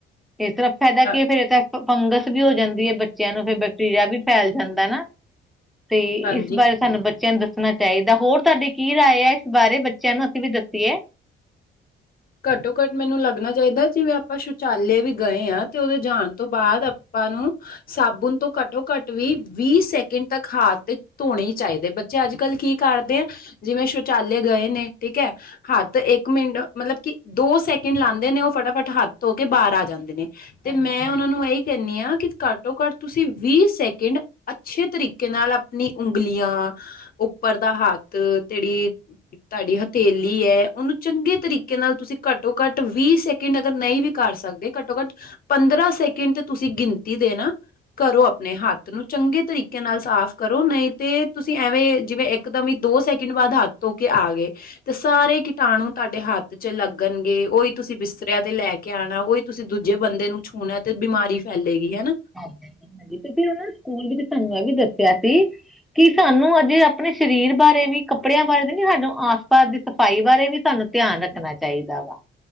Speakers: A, in the centre; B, on the left.
A: ਇਸ ਤਰਾਂ। ਫਾਇਦਾ
B: ਹਾਂ
A: ਕੀ ਫੇਰ ਤਾਂ ਫੰਗਸ ਵੀ ਹੋ ਜਾਂਦੀ ਹੈ ਬੱਚਿਆਂ ਨੂੰ ਫਿਰ ਬੈਕਟੀਰੀਆ ਵੀ ਫੈਲ ਜਾਂਦਾ ਨਾ। ਤੇ
B: ਹਾਂਜੀ
A: ਇਸ ਬਾਰੇ ਸਾਨੂੰ ਬੱਚਿਆਂ ਨੂੰ ਦੱਸਣਾ ਚਾਹੀਦਾ ਹੋਰ ਤੁਹਾਡੀ ਕੀ ਰਾਏ ਆ ਇਸ ਬਾਰੇ ਬੱਚਿਆਂ ਨੂੰ ਵੀ ਦੱਸੀਏ
B: ਘੱਟੋ ਘੱਟ ਮੈਨੂੰ ਲੱਗਣਾ ਚਾਹੀਦਾ ਜਿਵੇਂ ਆਪਾਂ ਸ਼ੌਚਾਲੇ ਵੀ ਗਏ ਹਾਂ ਤੇ ਉਹਦੇ ਜਾਣ ਤੋਂ ਬਾਅਦ ਆਪਾਂ ਨੂੰ ਸਾਬੁਣ ਤੋਂ ਘੱਟੋ ਘੱਟ ਵੀ ਵੀਹ ਸੈਕਿੰਡ ਤੱਕ ਹਾਥ ਤੇ ਧੋਣੇ ਚਾਹੀਦੇ ਬੱਚੇ ਅੱਜ ਕੱਲ੍ਹ ਕੀ ਕਰਦੇ ਆ। ਜਿਵੇਂ ਸ਼ੌਚਾਲੇ ਗਏ ਨੇ ਠੀਕ ਹੈ ਹਾਂ ਤੇ ਇੱਕ ਮਿੰਟ ਮਤਲਬ ਕਿ ਦੋ ਸੈਕਿੰਡ ਲਾਉਂਦੇ ਨੇ ਉਹ ਫਟਾਫਟ ਹੱਥ ਧੋ ਕੇ ਬਾਹਰ ਆ ਜਾਂਦੇ ਨੇ ਤੇ
A: ਹਾਂਜੀ
B: ਮੈਂ
A: ਹਾਂ
B: ਉਹਨਾਂ ਨੂੰ ਇਹੀ ਕਹਿੰਦੀ ਆ ਕਿ ਘੱਟੋ ਘੱਟ ਤੁਸੀਂ ਵੀਹ ਸੈਕਿੰਡ ਅੱਛੇ ਤਰੀਕੇ ਨਾਲ ਆਪਣੀ ਉਂਗਲੀਆਂ ਉੱਪਰ ਦਾ ਹੱਥ ਤੇੜੀ ਤੁਹਾਡੀ ਹਥੇਲੀ ਹੈ ਉਹਨੂੰ ਚੰਗੇ ਤਰੀਕੇ ਨਾਲ ਤੁਸੀਂ ਘੱਟੋ ਘੱਟ ਵੀਹ ਸੈਕਿੰਡ ਅਗਰ ਨਹੀਂ ਵੀ ਕਰ ਸਕਦੇ ਘੱਟੋ ਘੱਟ ਪੰਦਰਾਂ ਸੈਕਿੰਡ ਤੇ ਤੁਸੀਂ ਗਿਣਤੀ ਦੇ ਨਾ ਕਰੋ ਆਪਣੇ ਹੱਥ ਨੂੰ ਚੰਗੇ ਤਰੀਕੇ ਨਾਲ ਸਾਫ਼ ਕਰੋ ਨਹੀਂ ਤੇ ਤੁਸੀਂ ਐਵੇਂ ਜਿਵੇਂ ਇੱਕਦਮ ਹੀ ਦੋ ਸੈਕਿੰਡ ਬਾਅਦ ਹੱਥ ਧੋ ਕੇ ਆ ਗਏ। ਤੇ ਸਾਰੇ ਕੀਟਾਣੂ ਤੁਹਾਡੇ ਹੱਥ ਚ ਲੱਗਣਗੇ ਉਹੀ ਤੁਸੀਂ ਬਿਸਤਰਿਆਂ ਤੇ ਲੈ ਕੇ ਆਉਣਾ ਉਹੀ ਤੁਸੀਂ ਦੂਜੇ ਬੰਦੇ ਨੂੰ ਛੂਣਾ। ਤੇ ਬਿਮਾਰੀ ਫੈਲੇਗੀ ਹਨਾ।
A: ਹ ਹਾਂਜੀ ਤੁਸੀਂ ਉਹ ਸਕੂਲ ਵਿੱਚ ਸਾਨੂੰ ਇਹ ਵੀ ਦੱਸਿਆ ਸੀ। ਕੀ ਸਾਨੂੰ ਅਜੇ ਆਪਣੇ ਸਰੀਰ ਬਾਰੇ ਵੀ ਕੱਪੜਿਆਂ ਬਾਰੇ ਨੀ ਸਾਨੂੰ ਆਸ ਪਾਸ ਦੀ ਸਫ਼ਾਈ ਬਾਰੇ ਵੀ ਸਾਨੂੰ ਧਿਆਨ ਰੱਖਣਾ ਚਾਹੀਦਾ ਵਾ।